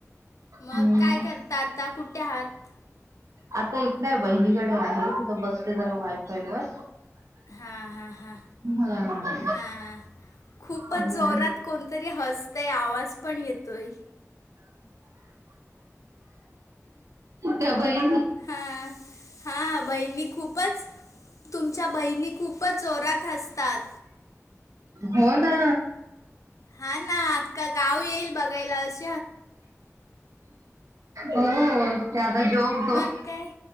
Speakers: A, on the left; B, on the right.
A: मग
B: हम्म
A: काय करता आता कुठे आहात?
B: आता इकडे आहे बहिणीकडे आहे तिथं बसले जरा वायफाय वर.
A: हां हां हां
B: हा
A: हां खूपच
B: हम्म
A: जोरात- कोणतरी हसतय आवाज पण येतोय.
B: त्या बहिणी.
A: हा हा बहिणी खूपच तुमच्या बहिणी खूपच जोरात- हसतात
B: हो ना.
A: हा ना अखख गाव येईल बघायलास.
B: हो त्या आता जोक तो.
A: मग काय